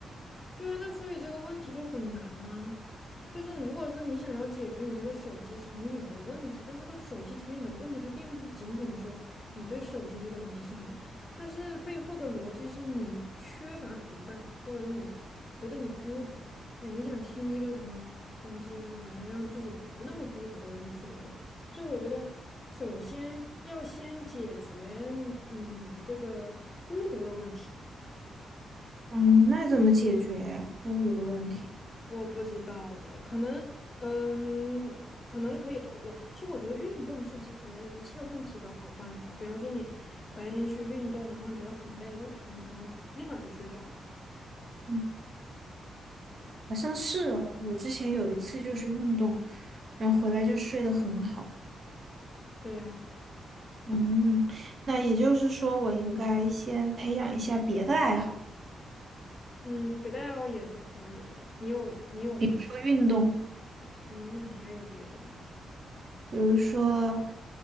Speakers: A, on the left; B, on the right.
A: 对啊，那所以这个问题就很难啊。就是如果是你想要解决你这个手机成瘾的问题，但这个手机成瘾的问题，它并不仅仅说你对手机这个东西上瘾，它是背后的逻辑是你缺乏陪伴，或者是你觉得你孤独，哎，你想听一个什么东西来让自己不那么孤独的入睡，对吧？所以我觉得，首先要先解决你这个孤独的问题。
B: 嗯，那怎么解决呀？孤独的问题？
A: 我不知道哎，可能，嗯，可能可以通我。其实我觉得运动是解决一切问题的好办法。比方说你白天去运动，然后你觉得很累，然后躺在床上立马就睡着了。
B: 嗯，好像是哦。我之前有一次就是运动，然后回来就睡得很好。
A: 对呀，
B: 嗯，那也就是说，我应该先培养一下别的爱好，
A: 嗯，别的爱好也是可以的。你有你有什么？
B: 做运动，
A: 嗯，还有别的吗？
B: 比如说